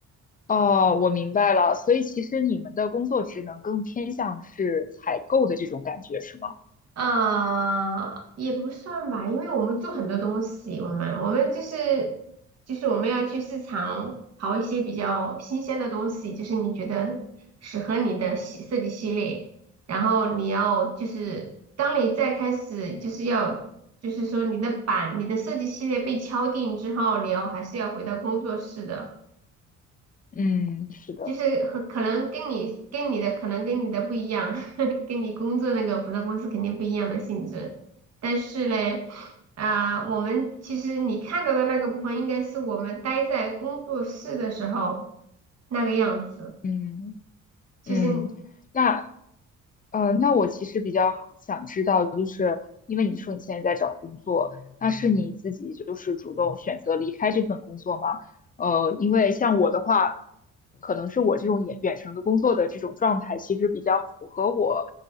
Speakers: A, on the left (about 30°); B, on the right (about 55°).
A: 哦，我明白了。所以其实你们的工作职能更偏向是采购的这种感觉，是吗？
B: 啊、也不算吧，因为我们做很多东西，我们我们就是就是我们要去市场淘一些比较新鲜的东西，就是你觉得适合你的系设计系列，然后你要就是当你再开始就是要就是说你的版你的设计系列被敲定之后，你要还是要回到工作室的。
A: 嗯，是的，
B: 就是和可能跟你跟你的可能跟你的不一样，<laughs> 跟你工作那个服装公司肯定不一样的性质。但是嘞，啊、我们其实你看到的那个部分，应该是我们待在工作室的时候那个样子。
A: 嗯
B: 其实
A: 嗯。那呃，那我其实比较想知道，就是因为你说你现在在找工作，那是你自己就是主动选择离开这份工作吗？呃，因为像我的话，可能是我这种远远程的工作的这种状态，其实比较符合我